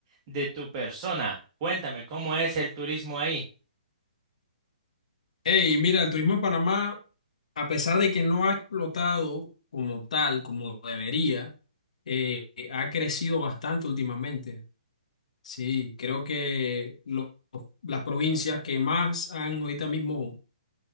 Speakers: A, on the right; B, on the left.
A: de tu persona. Cuéntame, ¿cómo es el turismo ahí?
B: Hey, mira, el turismo en Panamá, a pesar de que no ha explotado como tal, como debería, eh, ha crecido bastante últimamente. Sí, creo que lo- las provincias que más han ahorita mismo